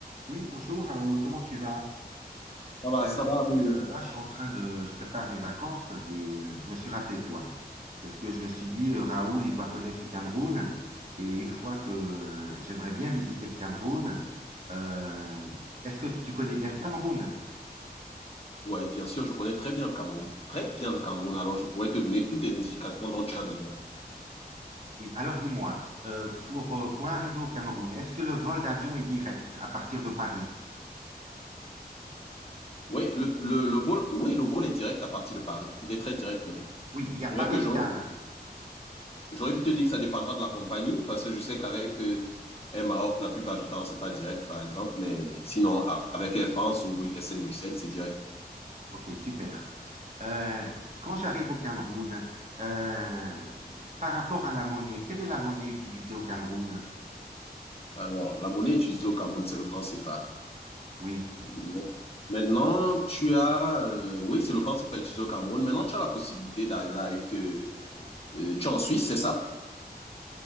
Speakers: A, on the right; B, on the left.
A: Oui, bonjour Raoul, comment tu vas?
B: Ça va,
A: Euh,
B: ça
A: tu
B: va
A: sais,
B: oui.
A: euh, là, je suis en train de, je prépare mes vacances et euh, je me suis rappelé de toi. Parce que je me suis dit, euh, Raoul, il doit connaître le Cameroun. Et une fois que euh, j'aimerais bien visiter le Cameroun, euh, est-ce que tu connais bien le Cameroun?
B: Ouais, bien sûr, je connais très bien le Cameroun. Très bien le Cameroun. Alors, je pourrais te donner toutes les indications dont tu as besoin.
A: Oui, alors dis-moi, euh, pour, euh, pour arriver au Cameroun, est-ce que le vol d'avion est direct à partir de Paris?
B: Oui, le, le, le vol, oui, le vol est direct à partir de Paris. Il est très direct même.
A: Oui, il n'y a pas
B: C'est vrai
A: d'escale.
B: que j'aurais j'aurais pu te dire que ça dépendra de la compagnie parce que je sais qu'avec euh, Air Maroc, la plupart du temps, c'est pas direct, par exemple. Mais sinon, a- avec Air France ou Bru- SN Bruxelles, c'est direct.
A: Ok, super. Euh, quand j'arrive au Cameroun, euh, par rapport à la monnaie, quelle est la monnaie utilisée au Cameroun?
B: Alors, la monnaie utilisée au Cameroun, c'est le franc CFA.
A: Oui.
B: Mais- Maintenant, tu as, euh, oui, c'est le franc CFA utilisé au Cameroun. Maintenant, tu as la possibilité d'arriver avec, euh, euh, tu es en Suisse, c'est ça?